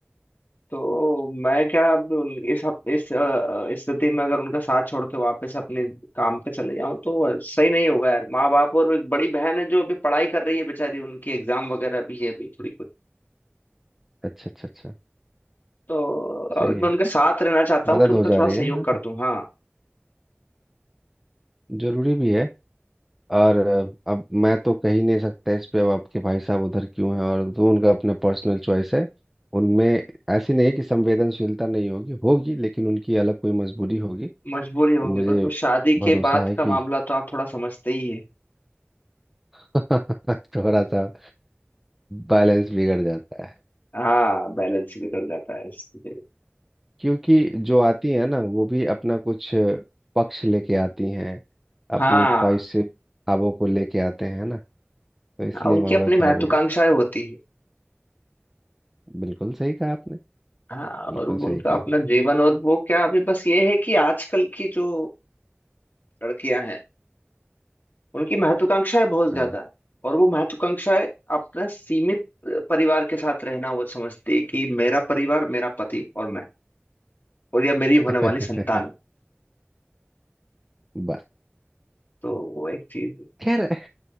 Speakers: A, on the left (about 50°); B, in the centre.
A: तो मैं क्या अब उन- इस हफ- इस अ, स्थिति में अगर उनका साथ छोड़ के वापस अपने काम पे चले जाऊं तो सही नहीं होगा यार माँ बाप और वो एक बड़ी बहन है जो अभी पढ़ाई कर रही है बेचारी उनकी एग्जाम वगैरह भी है अभी थोड़ी कुछ
B: अच्छा अच्छा अच्छा
A: तो
B: सही
A: अभी
B: है
A: मैं उनके साथ रहना चाहता हूँ
B: मदद
A: कि उनका
B: हो जा
A: थोड़ा
B: रही
A: सहयोग
B: है हाँ
A: कर
B: जी
A: दूं हाँ
B: जरूरी भी है और अ, अब मैं तो कह ही नहीं सकता इस पे अब आपके भाई साहब उधर क्यों हैं और जो उनका अपना पर्सनल चॉइस है उनमें ऐसी नहीं है कि संवेदनशीलता नहीं होगी होगी लेकिन उनकी अलग कोई मजबूरी होगी
A: मजबूरी होगी
B: मुझे
A: बस वो शादी
B: भरोसा
A: के बाद
B: है
A: का
B: कि
A: मामला तो आप थोड़ा समझते ही है
B: <laughs> थोड़ा सा बैलेंस बिगड़ जाता है
A: हाँ बैलेंस बिगड़ जाता है इसलिए
B: क्योंकि जो आती है ना वो भी अपना कुछ पक्ष लेके आती हैं
A: हाँ
B: अपनी ख्वाहिश से ख्वाबों को लेके आते हैं ना तो इसलिए
A: हाँ, उनकी
B: मामला
A: अपनी महत्वाकांक्षाएं
B: थोड़ा बिगड़ जाता
A: होती
B: है बिल्कुल सही कहा आपने
A: हाँ
B: बिल्कुल
A: और उनका
B: सही कहा
A: अपना जीवन और वो क्या अभी बस ये है कि आजकल की जो लड़कियां हैं उनकी महत्वाकांक्षाएं बहुत ज्यादा
B: हाँ।
A: है और वो महत्वाकांक्षाएं अपने सीमित परिवार के साथ रहना वो समझती है कि मेरा परिवार मेरा पति और मैं और या मेरी
B: <laughs>
A: होने वाली संतान है
B: बस
A: तो वो एक चीज है
B: खैर